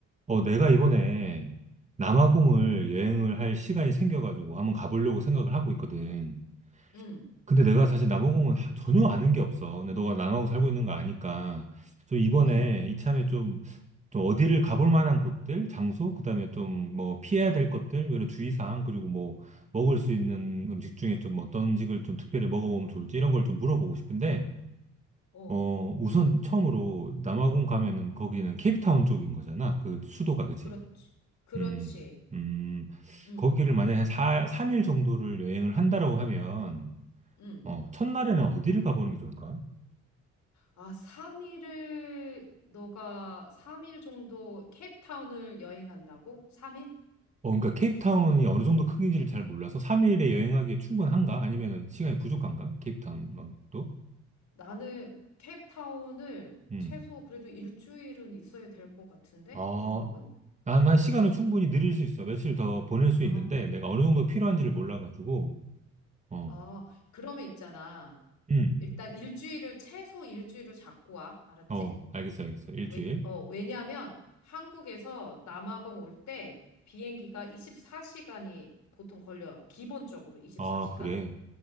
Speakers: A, on the right; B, on the left.
A: 어, 내가 이번에 남아공을 여행을 할 시간이 생겨가지고 한번 가보려고 생각을 하고 있거든.
B: 응,
A: 근데 내가 사실 남아공은 하- 전혀 아는 게 없어. 근데 너가 남아공 살고 있는 거 아니까. 좀 이번에
B: 응,
A: 이참에 좀, 좀 어디를 가볼 만한 곳들, 장소, 그다음에 좀 뭐 피해야 될 것들, 여러 주의사항, 그리고 뭐 먹을 수 있는 음식 중에 좀 어떤 음식을 좀 특별히 먹어보면 좋을지 이런 걸 좀 물어보고 싶은데,
B: 어,
A: 어, 우선 처음으로 남아공 가면은 거기는 케이프타운 쪽인 거잖아. 그 수도가, 그지
B: 그렇지. 그렇지.
A: 음, 음,
B: 응,
A: 거기를 만약에 한 사, 3일 정도를 여행을 한다라고 하면,
B: 응.
A: 어, 첫날에는 어디를 가보는 게 좋을까?
B: 아, 3일을, 너가 3일 정도 케이프타운을 여행한다고? 3일?
A: 어, 그러니까 케이프타운이 어느 정도 크기인지를 잘 몰라서 3일에 여행하기에 충분한가? 아니면 시간이 부족한가? 케이프타운만도?
B: 나는 케이프타운을
A: 음.
B: 최소 그래도 일주일은 있어야 될 것 같은데?
A: 아,
B: 내 생각은?
A: 난, 난 시간은 충분히 늘릴 수 있어. 며칠 더 보낼 수
B: 아,
A: 있는데, 내가 어느 정도 필요한지를
B: 어.
A: 몰라가지고, 어,
B: 아, 그러면 있잖아.
A: 음,
B: 일단 일주일을, 최소 일주일을 잡고 와. 알았지?
A: 어, 알겠어, 알겠어. 일주일.
B: 왜, 어, 왜냐면 한국에서 남아공 올 때 비행기가 24시간이 보통 걸려요. 기본적으로 24시간?
A: 아, 그래.